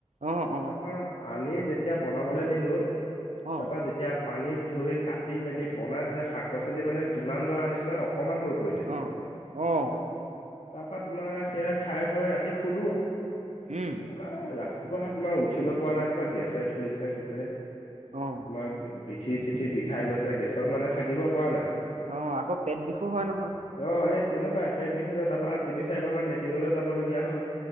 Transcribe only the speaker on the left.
তাৰ পৰাা আনি যেতিয়া বনাবলৈ দিলো
তাৰ পৰাা যেতিয়া পানীত ধুই কাটি মেলি বনাইছে শাক পাচলি মানে যিমান দৰা আনিছিলো অক হৈ পৰিলে
তাৰপা তোমাৰ সেয়া খাই বৈ ৰাতি শুলো তাৰপা
ৰাতিপুৱা তোমাৰ উঠিব পৰা নাই নহয় গেছে ধুৰিছে গোটেই তোমাৰ
পিঠি চিঠি বিষাই গৈছে গেছত মানে থাকিব পৰা নাই
অ সেই তেনেকুৱাই পেট বিষ তাৰপা তিনি চাৰিবাৰ মান লেট মটিঙলৈ যাব লগগীয়া হ'ল